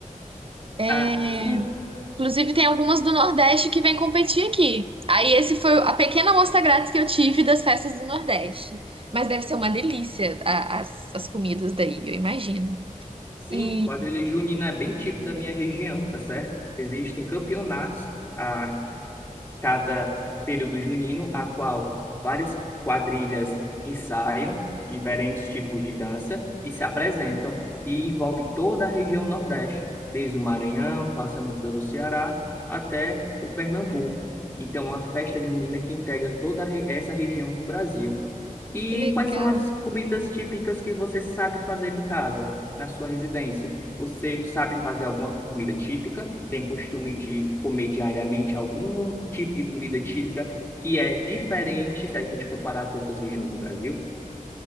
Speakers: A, on the right; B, on the left.
A: É,
B: Ah, sim,
A: Inclusive, tem algumas do Nordeste que vêm competir aqui. Aí, esse foi a pequena amostra grátis que eu tive das festas do Nordeste. Mas deve ser uma delícia a- as, as comidas daí, eu imagino.
B: sim,
A: E
B: quadrilha junina é bem típico da minha região, tá certo? Existem campeonatos. ah, cada período junino, a qual várias quadrilhas ensaiam diferentes tipos de dança e se apresentam, e envolve toda a região Nordeste, desde o Maranhão, passando pelo Ceará até o Pernambuco. Então, é uma festa junina que integra toda a re- essa região do Brasil. E
A: que legal.
B: quais são as comidas típicas que você sabe fazer em casa, na sua residência? Você sabe fazer alguma comida típica? Tem costume de comer diariamente algum tipo de comida típica que é diferente se a gente comparar com outras regiões do Brasil?